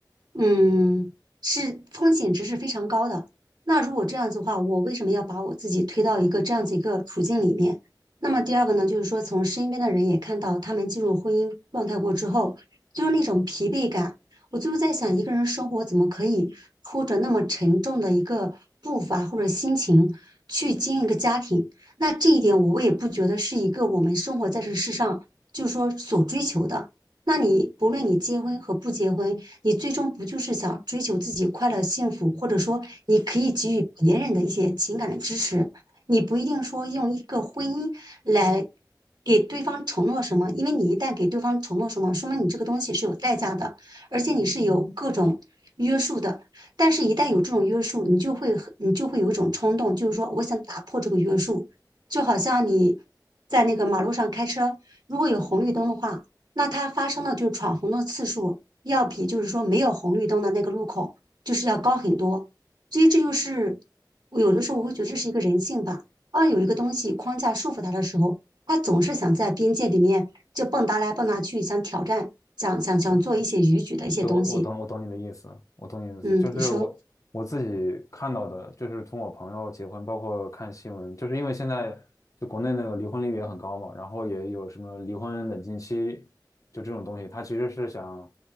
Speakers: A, on the right; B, on the left.
A: 嗯，是风险值是非常高的。那如果这样子的话，我为什么要把我自己推到一个这样子一个处境里面？那么第二个呢，就是说从身边的人也看到他们进入婚姻状态过之后，就是那种疲惫感。我就是在想，一个人生活怎么可以拖着那么沉重的一个步伐或者心情去经营一个家庭？那这一点我也不觉得是一个我们生活在这世上就是说所追求的。那你不论你结婚和不结婚，你最终不就是想追求自己快乐幸福，或者说你可以给予别人的一些情感的支持？你不一定说用一个婚姻来给对方承诺什么，因为你一旦给对方承诺什么，说明你这个东西是有代价的，而且你是有各种约束的。但是，一旦有这种约束，你就会很你就会有一种冲动，就是说我想打破这个约束，就好像你在那个马路上开车，如果有红绿灯的话，那它发生的就是闯红灯的次数要比就是说没有红绿灯的那个路口就是要高很多。所以这就是我有的时候我会觉得这是一个人性吧。当有一个东西框架束缚他的时候，他总是想在边界里面就蹦跶来蹦跶去，想挑战，想想想做一些逾矩的一些东西。
B: 我对，我我懂我懂你的意思，我懂你的意思，
A: 嗯，
B: 就是我我自己看到的，
A: 你说，
B: 就是从我朋友结婚，包括看新闻，就是因为现在就国内那个离婚率也很高嘛，然后也有什么离婚冷静期，就这种东西，它其实是想